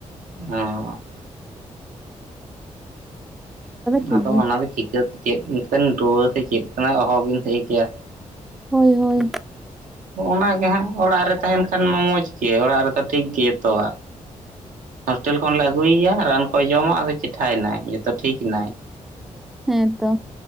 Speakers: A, on the right; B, in the centre.
A: ᱦᱚ᱾
B: ᱴᱷᱤᱠ
A: ᱟᱫᱚ
B: ᱜᱮᱭᱟ
A: ᱚᱱᱟᱫᱚ ᱪᱤᱠᱟᱹᱛᱮ ᱪᱮᱫ ᱞᱮᱠᱟᱱ ᱨᱩᱣᱟᱹ ᱥᱮ ᱪᱮᱫ ᱠᱟᱱᱟ ᱦ ᱚᱦᱚ ᱵᱤᱱ ᱞᱟᱹᱭ ᱠᱮᱭᱟ᱾ <unintelligible>
B: ᱦᱳᱭ ᱦᱳᱭ
A: ᱚᱱᱟ ᱜᱮ ᱦᱟᱸᱜ ᱚᱲᱟᱜ ᱨᱮ ᱛᱟᱦᱮᱱ ᱠᱷᱟᱱ ᱢᱟ ᱢᱚᱡᱽ ᱜᱮ ᱚᱲᱟᱜ ᱨᱮᱫᱚ ᱴᱷᱤᱠ ᱜᱮ ᱡᱚᱛᱚᱣᱟᱜ᱾ ᱦᱳᱥᱴᱮᱞ ᱠᱷᱚᱱ ᱞᱮ ᱟᱹᱜᱩᱭᱮᱭᱟ ᱨᱟᱱ ᱠᱚᱭ ᱡᱚᱢᱟ ᱟᱫᱚ ᱪᱴᱷᱟᱭᱱᱟᱭ ᱡᱚᱛᱚ ᱴᱷᱤᱠ ᱮᱱᱟᱭ᱾
B: ᱦᱮᱸ ᱛᱚ᱾